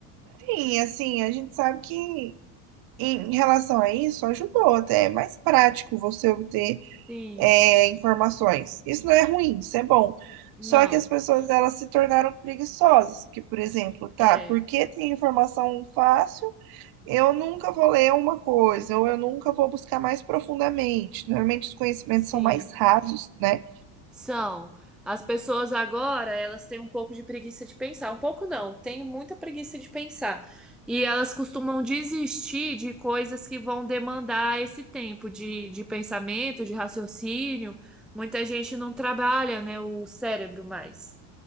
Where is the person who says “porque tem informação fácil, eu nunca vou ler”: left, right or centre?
Right